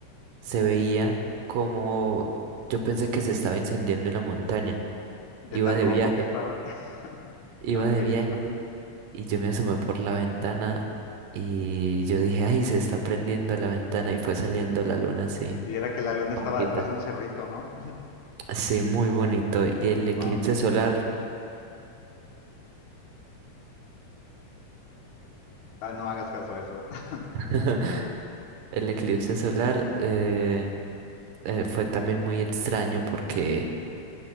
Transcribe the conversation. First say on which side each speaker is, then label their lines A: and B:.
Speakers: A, on the right; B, on the left.
A: se veía como yo pensé que se estaba incendiando una montaña.
B: De
A: Iba
B: tan
A: de
B: rojo
A: viaje,
B: que estaba. <laughs>
A: iba
B: Ok,
A: de viaje
B: ajá.
A: y yo me asomé por la ventana y yo dije, ay, se está prendiendo la ventana y fue saliendo la luna así.
B: Sí, era que la luna
A: Rojita.
B: estaba detrás de un cerrito, ¿no?
A: Sí, muy bonito. Y el eclipse
B: Wow.
A: solar,
B: Ah, no hagas caso a eso. <laughs>
A: <laughs>
B: El equi-
A: el eclipse solar eh, eh, fue también muy extraño porque